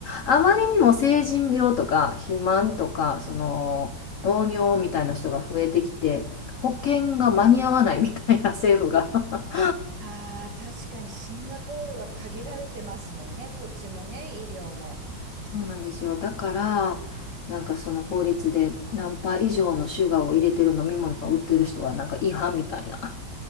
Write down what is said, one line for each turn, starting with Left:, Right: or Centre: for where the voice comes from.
Left: あまりにも成人病とか肥満とか、その、糖尿みたいな人が増えてきて、保険が間に合わないみたいな政府が <laughs>
Right: ああ、確かにシンガポールは限られてますもんね。土地もね、医療も。
Left: そうなんですよ。だから、なんかその法律で何パー以上のシュガーを入れてる飲み物を売ってる人はなんか違反みたいな。